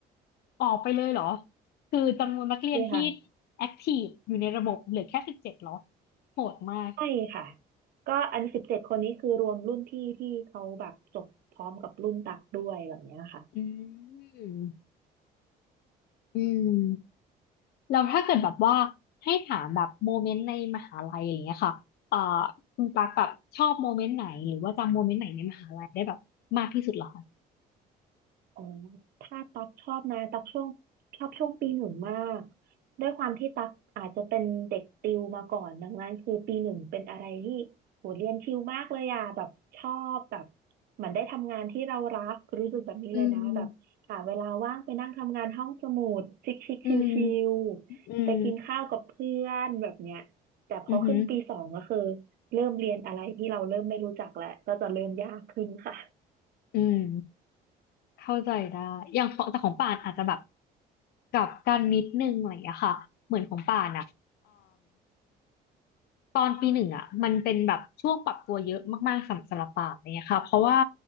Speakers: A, on the left (about 70°); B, on the right (about 65°).
A: ออกไปเลยเหรอคือจำนวนนักเรียนที่
B: นี่ค่ะ
A: แอคทีฟอยู่ในระบบเหลือแค่สิบเจ็ดเหรอโหดมาก
B: ใช่ค่ะก็อันสิบเจ็ดคนนี้คือรวมรุ่นพี่ที่เขาแบบจบพร้อมกับรุ่นตักด้วยแบบเนี้ยค่ะ
A: อืม อืมแล้วถ้าเกิดแบบว่าให้ถามแบบโมเมนต์ในมหาลัยอย่างเงี้ยค่ะเอ่อคุณปากแบบชอบโมเมนต์ไหนหรือว่าจำโมเมนต์ไหนในมหาลัยได้แบบมากที่สุดเหรอคะ
B: อ๋อถ้าตักชอบนะตักช่วงชอบช่วงปีหนึ่งมากด้วยความที่ตักอาจจะเป็นเด็กติวมาก่อนดังนั้นคือปีหนึ่งเป็นอะไรที่โหเรียนชิลมากเลยอ่ะแบบชอบแบบเหมือนได้ทำงานที่เรารักรู้สึกแบบนี้เลยนะแบบหาเวลาว่างไปนั่งทำงานห้องสมุดชิคชิคชิลชิลๆไปกินข้าวกับเพื่อนแบบเนี้ยแต่พอขึ้นปีสองก็คือ
A: อืมอืมอืมอือหือ
B: เริ่มเรียนอะไรที่เราเริ่มไม่รู้จักแล้วก็จะเริ่มยากขึ้นค่ะ
A: อืมเข้าใจได้อย่างของแต่ของป่านอาจจะแบบกลับกันนิดนึงอะไรอย่างเงี้ยค่ะเหมือนของป่านอ่ะ ตอนปีหนึ่งอ่ะมันเป็นแบบช่วงปรับตัวเยอะมากๆสำสำหรับป่านอะไรเงี้ยค่ะเพราะว่า